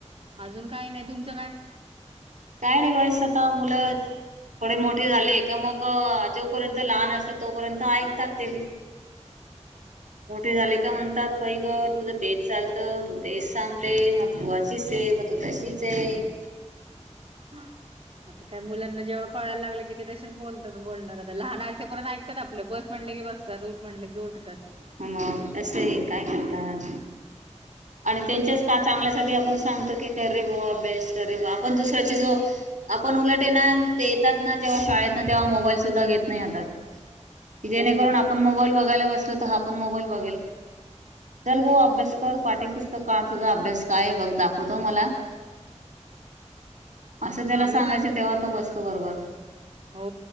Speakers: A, on the right; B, on the right.
A: अजून काय नाही, तुमचं काय?
B: काय ना ही? बसं आता मुलं थोडे मोठे झाले का मग जोपर्यंत लहान आसतात. तोपर्यंत ऐकतात ते बी मोठे झाले का
A: हो
B: म्हणत, पैक ग तुझं तेच चालत तू तेच सांगते. मग तू अशी च हा मग त तशीच ये.
A: आता काय मुलांना जेव्हा कळायला लागलं, की ते तसेच बोलतात. बोलणार आता लहान असे पर्यंत ऐकतात. आपलं बस म्हटले की बसतात उठ म्हटले की उठतात.
B: ह असं आहे काय करतात. आणि त्यांच्याच का चांगल्यासाठी आपण सांगत, की कर रे बो अभ्यास कर. रे ब आपण दुसऱ्याची जो आपण उलट आहे ना ते येतात, ना जेव्हा शाळेत ना तेव्हा मोबाईल सुद्धा घेत नाही हातात. जेणेकरून
A: हो
B: आपण मोबाईल बघायला बसलो. <unintelligible> आपण मोबाईल बघेल चल बो अभ्यास कर पाटी पुस्तक काढ. तुझा अभ्यास काय बघ दाखवतो मला? असं त्याला
A: आम्ही
B: सांगायचं
A: पण
B: तेव्हा तो बसतो बरोबर
A: हो